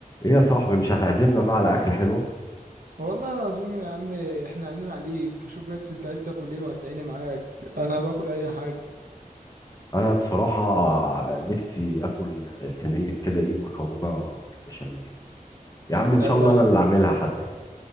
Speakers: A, on the left (about 25°); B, on the right (about 70°).
A: ايه يا صاحبي مش هتعزمنا بقى على اكله حلوه
B: والله العظيم يا عم احنا عندنا عليك شوف بس انت عايز تاكل ايه وهتلاقيني معاك انا باكل اي حاجه
A: انا بصراحه نفسي اكل صينيه كده ايه مكرونه بالبشاميل يا عم ان
B: ده
A: شاء الله
B: ده
A: انا
B: احنا
A: اللي اعملها حتى